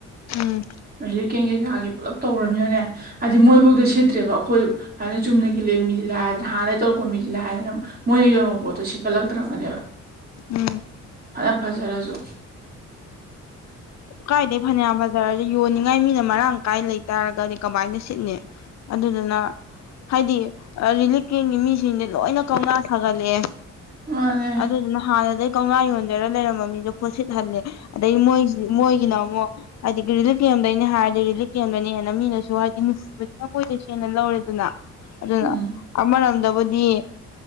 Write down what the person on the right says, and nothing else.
ꯍꯧꯖꯤꯛ ꯄꯨꯂꯞ ꯇꯧꯃꯤꯅꯅꯦ ꯍꯥꯏꯗꯤ ꯃꯣꯏꯐꯧꯗ ꯁꯤꯠꯇ꯭ꯔꯦꯕ ꯑꯩꯈꯣꯏ ꯍꯥꯏꯅ ꯆꯨꯝꯅꯒꯤ ꯂꯩꯃꯤ ꯂ ꯍꯥꯏꯒ꯭ꯔ ꯃꯗꯩ ꯇꯧꯔꯛꯄ ꯃꯤꯗꯤꯗ ꯍꯥꯏꯗꯅ ꯃꯣꯏꯅ ꯌꯣꯟꯕ ꯄꯣꯠꯇꯣ ꯁꯤꯀꯠꯂꯛꯇ꯭ꯔꯕꯅꯦꯕ
ꯑꯔ ꯐꯖꯔꯥꯖꯣ
ꯃꯥꯅꯦ
ꯎꯝ